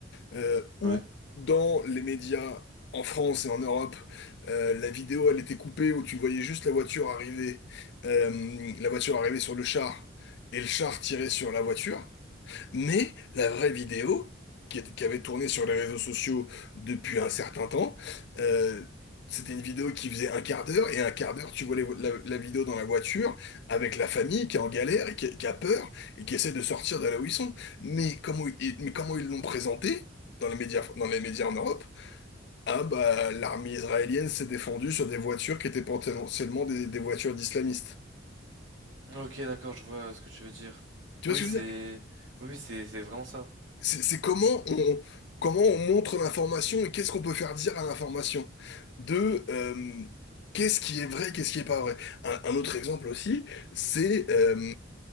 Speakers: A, on the left; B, on the right.
A: euh, où
B: Ouais.
A: dans les médias en France et en Europe, euh, la vidéo elle était coupée où tu voyais juste la voiture arriver, euh, la voiture arriver sur le char et le char tirer sur la voiture. Mais la vraie vidéo, qui, est- qui avait tourné sur les réseaux sociaux depuis un certain temps, euh, c'était une vidéo qui faisait un quart d'heure, et un quart d'heure, tu vois les la, la vidéo dans la voiture, avec la famille qui est en galère, et qui, qui a peur, et qui essaie de sortir de là où ils sont. Mais comment, ils- mais comment ils l'ont présenté dans les médias, dans les médias en Europe? Ah bah, l'armée israélienne s'est défendue sur des voitures qui étaient potentiellement des, des voitures d'islamistes.
B: Ok, d'accord, je vois ce que tu veux dire.
A: Tu
B: Oui,
A: vois ce
B: c'est,
A: que je veux dire?
B: oui, oui, c'est, c'est vraiment ça.
A: C'est c'est comment on, comment on montre l'information et qu'est-ce qu'on peut faire dire à l'information. De euh, qu'est-ce qui est vrai, qu'est-ce qui est pas vrai. Un, un autre exemple aussi, c'est euh,